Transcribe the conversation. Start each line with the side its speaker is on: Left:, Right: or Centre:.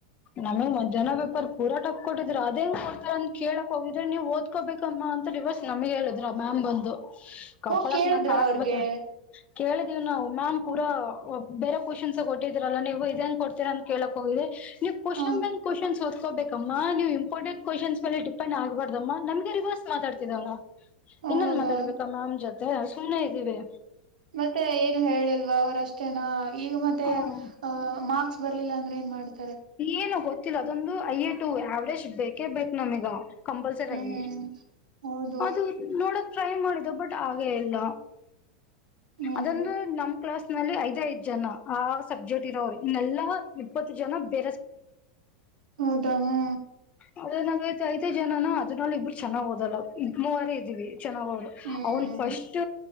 Left: ನಮೇ ಮಧ್ಯಾಹ್ನ ವೇಪರ್ ಪೂರ ಫ ಕೊಟ್ಟ್ರರು ಅದೇ ಕೊಡ್ತ ಅಂತ ಕೇಳಕ್ ಹೋಗಿದ್ರೆ ನೀವು ಓದ್ಕೋಬೇಕಮ್ಮ ಅಂತವ ನಮ್ಗೆ ಹೇಳಿದ್ರ ಮ್ಯಾಮ್ ಬಂದು ಕಪ್ಪಳಕ್
Right: ಹೋಗ್ ಕೇಳಿದ್ರ
Left: ನಾಕ ಹಾಕ್ಬೇಕ
Right: ಅವ್ರಿಗೆ
Left: ಕೇಳಿದೀವಿ ನಾವು ಮ್ಯಾಮ್ ಪೂರ ಬೇರೆ ಕ್ವಶನ್ಸ್ ಕೊಟ್ಟಿದ್ರರಲ್ಲ ನೀವು ಇದನ್ ಕೊಟ್ಟ ಕೇಳಕ್ ಹೋಗಿದೆ ನೀವು ಕ್ವನ್ಂದು
Right: ಹ
Left: ಕ್ವನ್ ಕೋಬೇಕಮ್ಮ ನೀವು ಇಂಪಾರ್ಟೆಂಟ್ ಕ್ವಶನ್ಸ್ ಮೇ ಟಿಪೆ ಆಗ್ಬಾರ್ದಮ್ಮ ನಮಗೆ ರಿವರ್ಸ್ ಮಾತಾಡ್ತಿದವ್ಲ್ಲ
Right: ಹೌದಾ
Left: ಇನ್ನೊನ್ ಮಾತಾಡ್ಬೇಕ ಮ್ಯಾಮ್ ಜೊತೆ ಸುಮ್ನೆ ಇದ್ದೀವಿ
Right: ಮತ್ತೆ ಏನು ಹೇಳಿಲ್ವಾ ಅವರಷ್ಟೇನಾ ಈಗ ಮತ್ತೆ
Left: ಹ್ಮ್
Right: ಮಸ್ಕ್ ಬರ್ಲಿಲ್ಲ ಅಂದ್ರ ಏನ್ ಮಾಡುದು
Left: ಏನು ಗೊತ್ತಿಲ್ಲ ಅದೊಂದು ಯ್ಯ ಟ ಯಾವರೇಜ್ ಬೇಕೇ ಬೇಕು ನಮೀಗ ಕಂಪಲ್ಸರಿ
Right: ಹ್ಮ್
Left: ಆಗ
Right: ಹೌದು
Left: ಅದು ನೋಡ ಟ್ರೈ ಮಾಡಿದ್ದ ಬಟ್ ಹಾಗೆ ಇಲ್ಲ
Right: ಹಗೆ
Left: ಅದೊಂದು ನಮ ಕ್ಲಾಸ್ ನಲ್ಲಿ ಐದೇ ಇದ ಜನ ಆ ಸಬ್ಜೆಕ್ಟ್ ಇರೋರು ಇನ್ನೆಲ್ಲಾ ಇಪ್ಪತ್ತು ಜನ <unintelligible>
Right: ಹೌದಾ ಹಾ
Left: ಅದನಲ್ಲಿ ಇಬ್ಬರು ಚೆನ್ನ್ ಹಓದಲ್ಲ ಇ ಮೂವಾರ ಇದ್ವಿ ಚೆನ್ನಾಗೋದ್ರು
Right: ಹ್ಮ್
Left: ಅವ್ನ್ ಫಸ್ಟ್